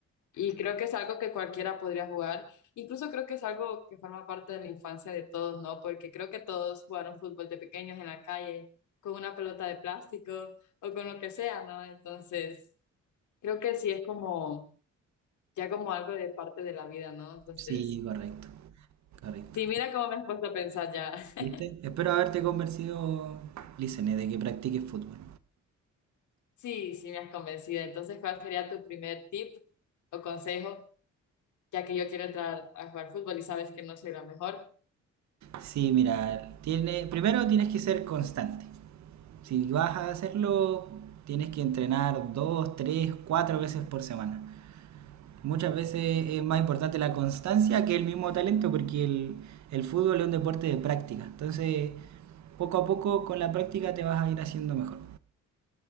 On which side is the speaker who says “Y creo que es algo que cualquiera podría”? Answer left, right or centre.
Left